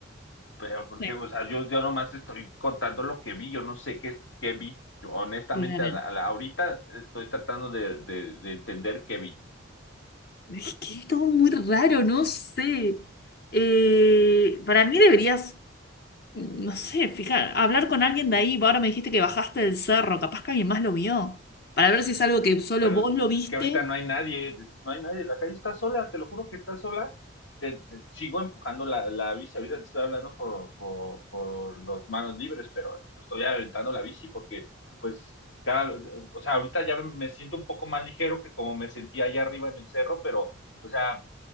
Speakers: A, on the left; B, on the left.
A: pero porque,
B: Sí.
A: o sea, yo, yo nomás te estoy contando lo que vi, yo no sé qué, es- qué vi, yo honestamente
B: Claro.
A: a la- a la- ahorita estoy tratando de, de, de entender qué vi.
B: Es que es todo muy raro, no sé. Eh, para mí deberías, no sé, fijar, hablar con alguien de ahí. Ahora me dijiste que bajaste del cerro, capaz que alguien más lo vio. Para ver si es algo que solo
A: pero
B: vos lo viste.
A: es que ahorita no hay nadie, no hay nadie, la calle está sola, te lo juro que está sola. Te, te- sigo empujando la, la bici, ahorita te estoy hablando por, por, por los manos libres, pero estoy aventando la bici porque, pues, cada, o sea, ahorita ya me siento un poco más ligero que como me sentía allá arriba en el cerro, pero, o sea,